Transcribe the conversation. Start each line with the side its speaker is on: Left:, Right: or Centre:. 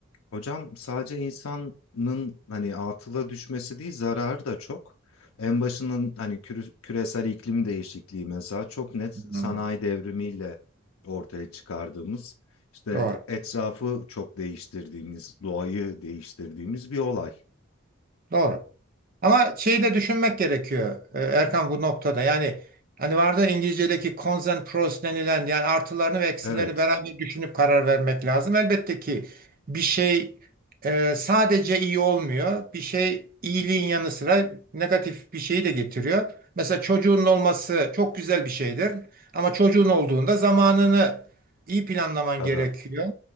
Left: Hocam sadece insanın hani atıla düşmesi değil zararı da çok. En başının hani kürü- küresel iklim değişikliği mesela çok net
Right: Hmm.
Left: sanayi devrimiyle ortaya çıkardığımız işte
Right: Doğru.
Left: etrafı çok değiştirdiğimiz, doğayı değiştirdiğimiz bir olay.
Right: Doğru. Ama şeyi de düşünmek gerekiyor e, Erkan bu noktada. Yani hani vardı ya İngilizce'deki cons and pros denilen yani artılarını ve eksilerini
Left: Evet,
Right: beraber düşünüp karar vermek lazım. Elbette ki bir şey e, sadece iyi olmuyor. Bir şey iyiliğin yanı sıra negatif bir şeyi de getiriyor. Mesela çocuğun olması çok güzel bir şeydir. Ama çocuğun olduğunda zamanını iyi planlaman
Left: tabii.
Right: gerekiyor.